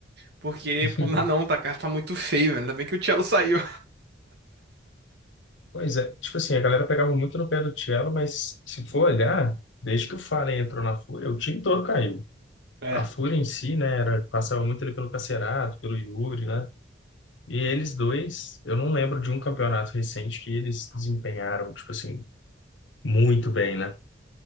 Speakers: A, on the right (about 60°); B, on the left (about 75°).
A: Porque,
B: <laughs>
A: pô, não, dá não, tá, cara, tá muito feio, velho. Ainda bem que o Cello <laughs> saiu.
B: Pois é, tipo assim, a galera pegava muito no pé do Cello, mas se for olhar, desde que o Fallen entrou na Fúria, o time todo caiu.
A: É.
B: A Fúria em si, né, era, passava muito ali pelo Cacerato, pelo Yuri, né? E eles dois, eu não lembro de um campeonato recente que eles desempenharam, tipo assim, muito bem, né?